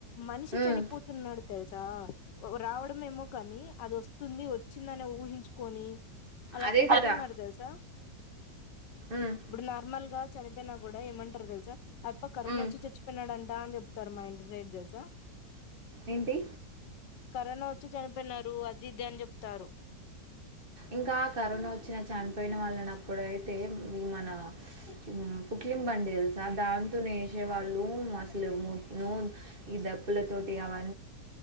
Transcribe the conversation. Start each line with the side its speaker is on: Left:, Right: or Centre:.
Left: మనిషి
Right: ఉమ్
Left: చనిపోతున్నాడు తెలుసా రావడంమేమో కానీ అది వస్తుంది వ చ్చిందనే ఊహించుకొని అలా
Right: అదే
Left: చనిపోయినారు
Right: కదా
Left: తెలుసా
Right: ఉమ్
Left: ఇప్పుడు నార్మల్‌గా చనిపోయినా కూడా ఏమంటారు తెలుసా అయప్ప కరోనా
Right: ఉమ్
Left: వచ్చి చచ్చిపోయినాడం టా అని చెప్తారు మాఇంటి సైడ్ తెలుసా
Right: ఏంటి
Left: కరోనా వచ్చి చనిపోయినారు అది ఇది అని చెప్తారు
Right: ఇంకా కరోనా వచ్చినా చనిపోయిన వళ్ళనప్పుడైతే ఈ మన మ్మ్ పుక్లిం బ్ అంటే తెలుసా దాంతోనేసే వాళ్ళు అసలు ముట్‌ను ఈ దప్పుల తోటి అవ